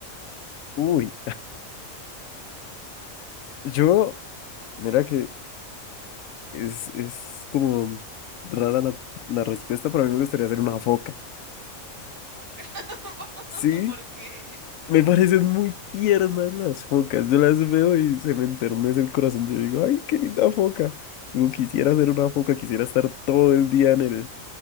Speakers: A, on the left; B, on the right.
A: Uy, yo, mira que es, es como rara la, la respuesta, pero a mí me gustaría ser una foca.
B: Una foca. <laughs>
A: Sí,
B: ¿Por qué?
A: Me parecen muy tiernas las focas. Yo las veo y se me enternece el corazón. Yo digo, ay, qué linda foca. Digo, quisiera ser una foca, quisiera estar todo el día en el,